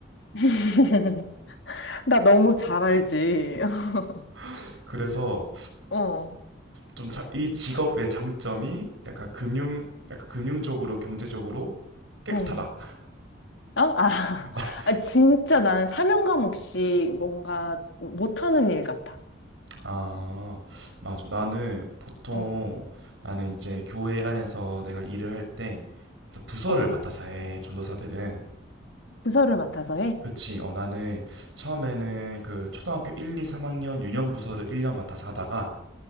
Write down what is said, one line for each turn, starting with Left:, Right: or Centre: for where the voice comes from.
Left: <laughs> 나 너무 잘 알지. <laughs>
Right: <laughs> 그래서
Left: 어,
Right: 좀 이 직업의 장점이 약간 금융 약간 금융적으로 경제적으로 깨끗하다.
Left: 응. 어? 아, <laughs>
Right: <laughs>
Left: 아, 진짜 나는 사명감 없이 뭔가 못하는 일 같아.
Right: 아 맞아 나는 보통
Left: 어,
Right: 나는 이제 교회 안에서 내가 일을 할 때 부서를
Left: 어.
Right: 맡아서 해 전도사들은
Left: 부서를 맡아서 해?
Right: 그치 어 나는 처음에는 그 초등학교 1, 2, 3학년 유년 부서를 1년 맡아서 하다가